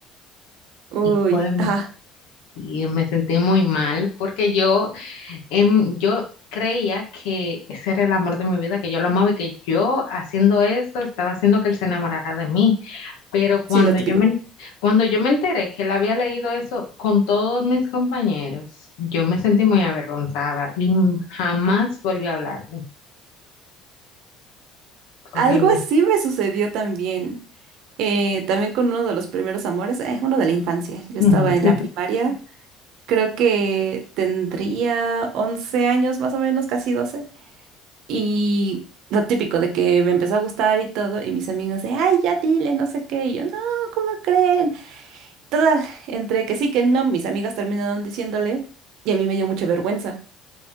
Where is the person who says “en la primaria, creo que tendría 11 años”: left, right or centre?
Right